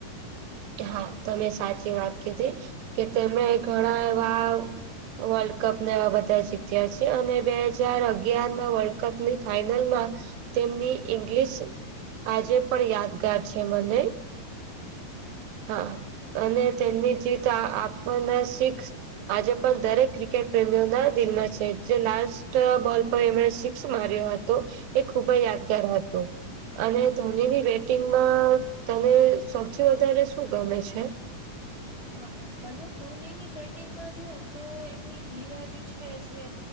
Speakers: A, on the right (about 90°); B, on the left (about 30°).
A: હા તમે સાચી વાત કીધી કે તેમણે ઘણા એવા વર્લ્ડ કપ ને એવા બધા જીત્યા છે અને બે હજાર અગિયારમાં વર્લ્ડ કપની ફાઈનલ માં તેમની ઇંગ્લિશ આજે પણ યાદગાર છે મને હા અને તેની જીત આપણને શીખ્ આજે પણ દરેક ક્રિકેટ પ્રેમીઓ ના દિલમાં છે જે લાસ્ટ બોલ પર એમણે માર્યો હતો એ ખુબ જ યાદગાર હતો અને ધોનીની બેટિંગમાં તને સૌથી વધારે શું ગમે છે?
B: હા, મને ધોનીની બેટિંગમાં જોઉં તો એમની ધીરજ છે છે